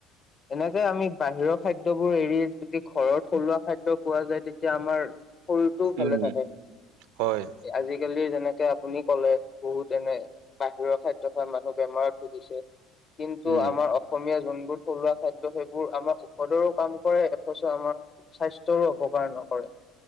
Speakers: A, on the left; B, on the right.
A: এনেকে আমি বাহিৰৰ খাদ্যবোৰ এৰি যদি ঘৰৰ থলুৱা খাদ্য পোৱা যায় তেতিয়া আমাৰ- শৰীৰটো
B: উম,
A: ভালে থাকে
B: হয়,
A: আজিকালি যে এনেকে আপুনি ক'লে বহুত এনে বাহিৰৰ খাদ্য খাই মানুহ বেমাৰত ভুগিছে- কিন্তু
B: উম,
A: আমাৰ অসমীয়া- যোনবোৰ থলুৱা খাদ্য সেইবোৰ আমাৰ ঔষধৰো, কাম কৰে। অথচ আমাৰ স্বাস্থ্যৰো অপকাৰ নহয়। কৰে।